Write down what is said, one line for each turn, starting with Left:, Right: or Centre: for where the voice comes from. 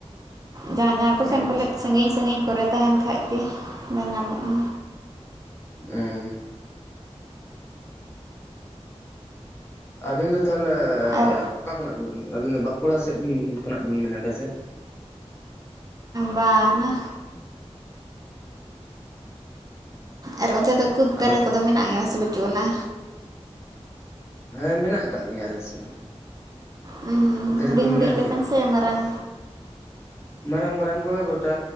Right: ᱡᱟᱦᱟᱸ ᱡᱟᱦᱟᱸ ᱠᱚ
Left: ᱟᱪᱪᱷᱟ
Right: ᱥᱮᱱ ᱯᱟᱞᱮᱫ ᱥᱟᱺᱜᱤᱧ ᱥᱟᱺᱜᱤᱧ ᱠᱚᱨᱮ᱾ ᱛᱟᱦᱮᱱ ᱠᱷᱟ ᱜᱮ ᱵᱟ ᱧᱟᱢᱚᱜᱼᱟ
Left: ᱦᱩᱸ ᱟᱹᱵᱤᱱ ᱫᱚ ᱛᱟᱦᱚᱞᱮ
Right: ᱟᱨ
Left: ᱚᱠᱟ ᱠᱷᱚᱱᱟᱜ ᱵᱤᱱ ᱟᱹᱵᱤᱱ ᱫᱚ ᱵᱟᱸᱠᱩᱲᱟ ᱥᱮᱫ ᱠᱷᱚᱱᱟᱜ ᱵᱤᱱ ᱢᱮᱱᱫᱟ ᱥᱮ
Right: ᱵᱟᱝ ᱟ ᱟᱨ ᱚᱱᱛᱮ ᱫᱚ ᱠᱩᱫ
Left: ᱟᱫᱚ
Right: ᱫᱟᱨᱮ ᱠᱚᱫᱚ ᱢᱮᱱᱟᱜ ᱜᱮᱭᱟ ᱥᱮ ᱵᱟᱹᱪᱩᱜ ᱟᱱᱟ
Left: ᱦᱮᱸ ᱢᱮᱱᱟᱜ ᱟᱠᱟᱜ ᱜᱮᱭᱟ ᱟᱞᱮ ᱥᱮᱫ ᱦᱚᱸ
Right: ᱦᱩᱸ
Left: ᱫᱟᱨᱮ
Right: ᱦᱩᱰᱤᱧ
Left: ᱠᱚ ᱢᱮᱱᱟᱜ
Right: ᱦᱩᱰᱤᱧ ᱞᱮᱠᱟᱱ
Left: ᱜᱮᱭᱟ
Right: ᱥᱮ ᱢᱟᱨᱟᱝ
Left: ᱢᱟᱨᱟᱝ ᱢᱟᱨᱟᱝ ᱠᱚᱜ ᱜᱚᱴᱟ